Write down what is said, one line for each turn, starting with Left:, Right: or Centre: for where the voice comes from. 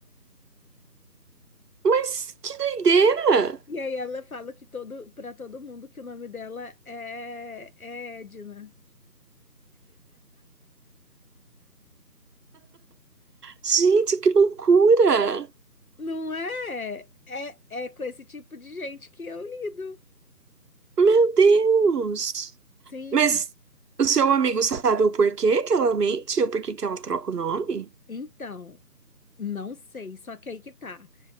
Right: Mas que doideira!
Left: E aí ela fala que todo, para todo mundo que o nome dela é, é Edna.
Right: Gente, que loucura!
Left: Não é, é, é com esse tipo de gente que eu lido.
Right: Meu Deus!
Left: Sim.
Right: Mas o seu amigo sabe o porquê que ela mente? O porquê que ela troca o nome?
Left: Então, não sei, só que aí que tá.